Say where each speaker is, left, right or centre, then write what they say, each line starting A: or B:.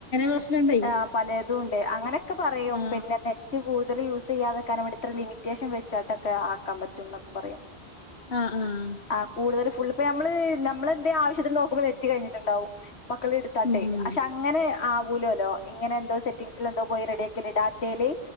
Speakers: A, on the left; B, on the left.
A: പ്രശ്നണ്ടേ
B: ആ പലേതും ഉണ്ട് അങ്ങനെയൊക്കെ പറയും
A: ആ
B: പിന്നെ കൂടുതല് യൂസയ്യാതെ ക്കാന് വേണ്ടി ഇത്ര ലിമിറ്റേഷൻ വെച്ചാട്ടക്കെ ആക്കാം പറ്റുംന്നൊക്കെ പറയും.
A: ആഹ് ആഹ് ആഹ്.
B: ആ കൂടുതല് ഫുൾ പ്പേ നമ്മള് നമ്മളെന്തേ ആവശ്യത്തിന് നോക്കുമ്പോ നെറ്റ് കഴിഞ്ട്ടുണ്ടാവും മക്കള് എടു താട്ടെ
A: ഉം
B: അ ഷാ ഇങ്ങനെ ആവൂലോല്ലോ ഇങ്ങനെ എന്തോ സെറ്റിംഗസില് എന്തോ പോയി റെഡി ആക്കല് ഡാറ്റേല്